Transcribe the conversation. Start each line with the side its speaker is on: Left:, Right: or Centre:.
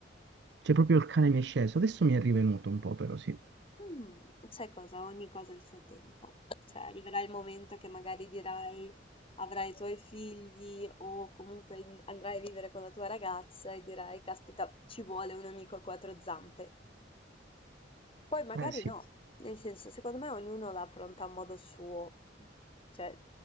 Right: Cioè, proprio il cane mi è sceso. Adesso mi è rivenuto un po', però, sì.
Left: Mh, sai cosa, ogni cosa ha il suo tempo. Cioè arriverà il momento che magari dirai avrai i tuoi figli o comunque in andrai a vivere con la tua ragazza e dirai: "Caspita, ci vuole un amico a quattro zampe". Poi magari
Right: Eh, sì.
Left: no, nel senso, secondo me ognuno la affronta a modo suo. Cioè,